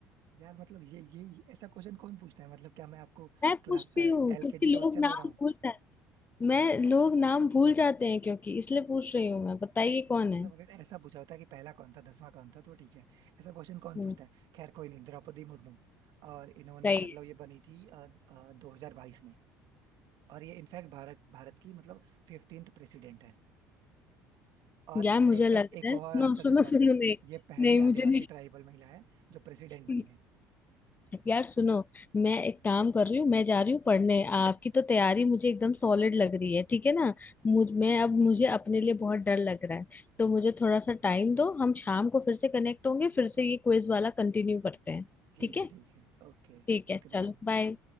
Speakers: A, on the right; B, on the left.
A: यार मतलब ये ये ऐसा क्वेश्चन कौन पूछता है मतलब क्या मैं आपको
B: मैं पूछती
A: क्लास एलकेजी
B: हूँ क्योंकि लोग
A: का बच्चा लग
B: नाम
A: रहा हूँ
B: भूल जाते हैं, मैं लोग नाम भूल जाते हैं क्योंकि इसलिए पूछ रही हूँ मैं बताइए कौन
A: मतलब
B: है
A: अगर ऐसा पूछा होता कि पहला कौन था दसवां कौन था तो ठीक है ऐसा क्वेश्चन कौन
B: हम्म,
A: पूछता है खैर कोई नहीं द्रौपदी मुर्मू और इन्होंने
B: सही
A: मतलब ये बनी थी दो हजार बाईस में और ये इनफैक्ट भारत भारत की मतलब फिफ्टींथ प्रेसिडेंट है और
B: है यार मुझे
A: इनफैक्ट
B: लग
A: एक
B: रहा
A: और
B: है सुनो
A: आंसर
B: सुनो
A: देते हो आपको
B: सुनो नहीं
A: ये पहली
B: नहीं
A: आदिवासी
B: मुझे
A: ट्राइबल महिला है जो प्रेसिडेंट बनी
B: नहीं
A: है
B: यार सुनो मैं एक काम कर रही हूँ मैं जा रही हूँ पढ़ने आपकी तो तैयारी मुझे एकदम सॉलिड लग रही है ठीक है ना मुझ मैं अब मुझे अपने लिए बहुत डर लग रहा है तो मुझे थोड़ा सा टाइम दो हम शाम को फिर से कनेक्ट होंगे फिर से ये क्विज वाला कंटिन्यू करते हैं
A: ठीक
B: ठीक
A: है
B: है
A: ठीक है ओके
B: ठीक है
A: Okay
B: चलो
A: bye
B: बाय